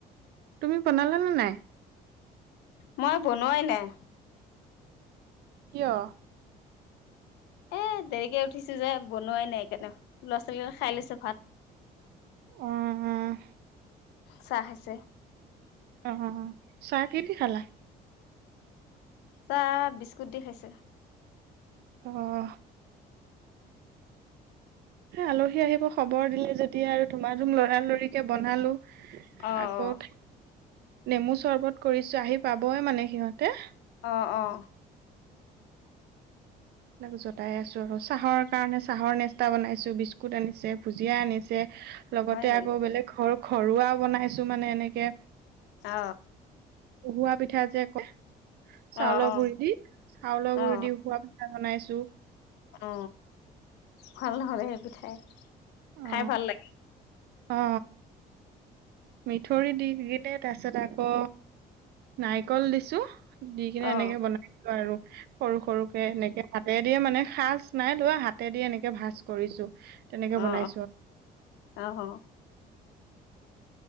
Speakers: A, on the right (about 70°); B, on the left (about 85°).
A: তুমি বনালা নে নাই?
B: মই বনোৱাই নাই।
A: কিয়?
B: এ দেৰিকে উঠিছো যে বনোৱাই নাই <unintelligible> ল'ৰা ছোৱালী লগত খাই লৈছো ভাত।
A: অ'।
B: চাহ খাইছে?
A: অ', চাহ কিহেদি খালা?
B: চাহ বিস্কুট দি খাইছোঁ।
A: অহ। আলহী আহিব খবৰ দিলে যেতিয়া আৰু ধুমা ধুম লৰালৰিকে বনালো।
B: অ
A: আকৌ
B: অ
A: নেমু চৰ্বত কৰিছো আহি পাবইে মানে সিহঁতে।
B: অ', অ'।
A: এইবিলাক জটাই আছো আৰু চাহৰ কাৰণে চাহৰ নেস্তা বনাইছো বিস্কুট আনিছে ভুজিয়া আনিছে। লগতে
B: হয় নেকি
A: আকৌ বেলেগ ঘৰ ঘৰুৱাও বনাইছো মানে এনেকে
B: অ
A: উহোৱা পিঠা যে কয়, চাউলৰ
B: অ অ
A: গুৰি দি চাউলৰ গুৰি
B: অ
A: দি উহোৱা পি বনাইছো
B: অ ভাল নহলে সেই পিঠাই
A: অ
B: খাই ভাল লাগে
A: অ মিঠৈ দি দিছে তাৰপিছত আকৌ নাৰিকল দিছো দি কিনে
B: অ
A: এনেকে বনাইছো আৰু সৰু সৰুকে এনেকে হাতেৰে দিয়ে মানে সাজ নাই ধোৱা হাতে দি এনেকে ভাজ কৰিছো তেনেকে বনাই
B: অ অ অ হ